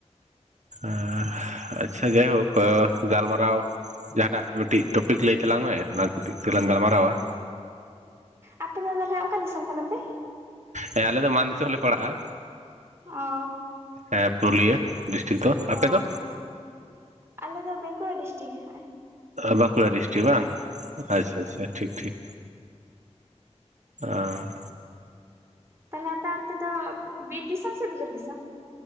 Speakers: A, on the right; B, on the right.
A: ᱟᱦ ᱟᱪᱪᱷᱟ ᱜᱮᱭᱦᱳᱠᱳ ᱜᱟᱞᱢᱟᱨᱟᱣ ᱡᱟᱦᱟ ᱴᱟᱜ ᱢᱤᱴᱤᱡ ᱴᱚᱯᱤᱠ ᱞᱟᱹᱭ ᱛᱟᱞᱟᱝ ᱢᱮ ᱚᱱᱟ ᱴᱤᱡ ᱛᱮᱞᱟᱝ ᱜᱟᱞᱢᱟᱨᱟᱣᱟ᱾
B: ᱟᱯᱮ ᱫᱚ ᱛᱚᱞᱦᱮ ᱚᱠᱟ ᱫᱤᱥᱚᱢ ᱠᱟᱱᱟ ᱯᱮ?
A: ᱦᱮᱸ ᱟᱞᱮ ᱫᱚ ᱢᱟᱱ ᱫᱤᱥᱚᱢ ᱞᱮ ᱯᱟᱲᱟᱜᱼᱟ,
B: ᱚ
A: ᱦᱮᱸ ᱯᱩᱨᱩᱞᱤᱭᱟᱹ᱾ ᱰᱤᱥᱴᱤᱠ ᱫᱚ, ᱟᱯᱮ
B: ᱚ
A: ᱫᱚ?
B: ᱟᱞᱮ ᱫᱚ ᱵᱮᱸᱠᱩᱲᱟ ᱰᱤᱥᱴᱤᱠ, ᱦᱮ᱾
A: ᱵᱟᱸᱠᱩᱲᱟ ᱰᱤᱥᱴᱤᱠ ᱵᱟᱝ ᱟᱪᱪᱷᱟ ᱟᱪᱪᱷᱟ ᱴᱷᱤᱠ ᱴᱷᱤᱠ᱾ ᱟᱸ
B: ᱛᱟᱦᱚᱞᱮ ᱟᱯᱮ ᱚᱱᱛᱮ ᱫᱚ ᱵᱤᱨ ᱫᱤᱥᱚᱢ ᱥᱮ ᱵᱤᱞᱟᱹᱛ ᱫᱤᱥᱚᱢ?